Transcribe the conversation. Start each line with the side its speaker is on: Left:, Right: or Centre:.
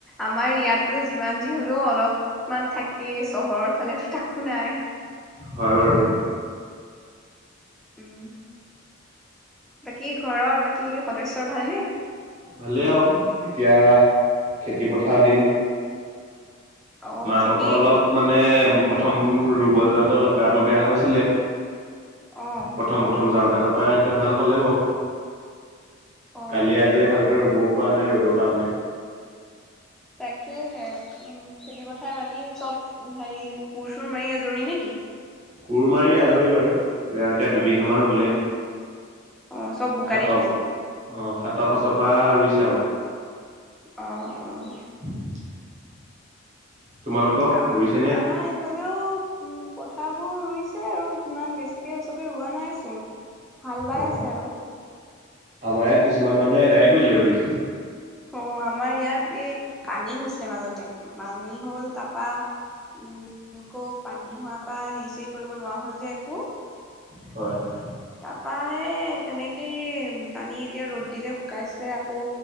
Centre: আমাৰ ইয়াতো যিমান যি হলেও অলপমান থাকেই চহৰৰ ফালে তাত তাকো নাই।
Right: হয় বাৰু সেইটো।
Centre: উম বাকী ঘৰৰ বাকী সদস্যৰ ভালনে?
Right: ভালেই আৰু এতিয়া খেতি পথাৰ দিন।
Centre: অ
Right: মাহ
Centre: খেতি
Right: ভাগৰ অলপ মানে প্ৰথম ৰুবলৈ যাওঁতে অলপ গাটো বেয়া হৈছিলে
Centre: অ
Right: প্ৰথম প্ৰথম যাওঁতে তা পা এতিয়া ভাল পালে বাও
Centre: অ
Right: কালিয়ে আজিয়ে ভাল ৰোৱ পৰা নাই ৰ'দৰ কাৰণে
Centre: তাকে হে উম খেতি পথাৰ বাকী চব হেৰি কোৰ চুৰ মাৰি আজৰি নে কি
Right: কোৰ মাৰি আজৰি বাৰু এতিয়া দুবিঘা মান ৰুলে।
Centre: অ চব বোকা
Right: সাত
Centre: দি
Right: অহ
Centre: থৈছে
Right: সাতৰ পাছৰ পৰা ৰুইছে আও।
Centre: অহ অহ
Right: <inaudible> তোমালোকৰ
Centre: আম
Right: ৰুইছেনে
Centre: আম ইফালে এইফালেও উম পথাৰ বোৰ ৰুইছে আৰু ইমান বেছিকে চবে ৰোৱা নাই। চোন হাল বাই
Right: অ
Centre: আছে আৰু।
Right: আমাৰ ইয়াত কিছুমান মানুহ এদায় কৰিলে ৰুই
Centre: অহ আমাৰ ইয়াত এই পানী হৈছিলে মাজতে পানী হ'ল তাৰপা উম আকৌ পানী হোৱাৰ পৰা হেৰি চেৰি কৰিব নোৱাৰা হল যে একো।
Right: হয় হয়।
Centre: তাপা তেনেকেই পানী এতিয়া ৰ'দ দিলে শুকাইছে আকৌ